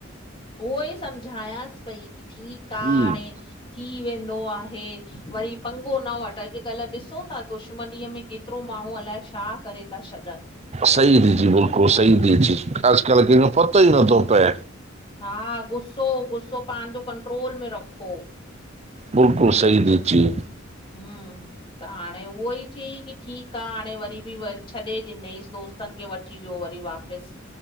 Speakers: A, on the left; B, on the right.
A: उहो ई सम्झायांसि पई की ठीक आ
B: हम्म।
A: हाणें थी वेंदो आहे वरी पंगो न वठि, अॼुकल्ह ॾिसो ता दुश्मनीअ में केतिरो माण्हूं अलाए छा करे ता छॾनि
B: सही ती चीं बिल्कुलु सही ती चीं अज़ुकल्ह कंहिंजो पतो ई नथो पए
A: हा गुस्सो -गुस्सो पांजो कंट्रोल में रखो
B: बिल्कुलु सही ती चीं
A: हम्म, त हाणे उहो ई च्यंईं की ठीक आ हाणे वरी बि व छॾे ॾिनईसि दोस्तनि खे वठी वियो वरी वापिस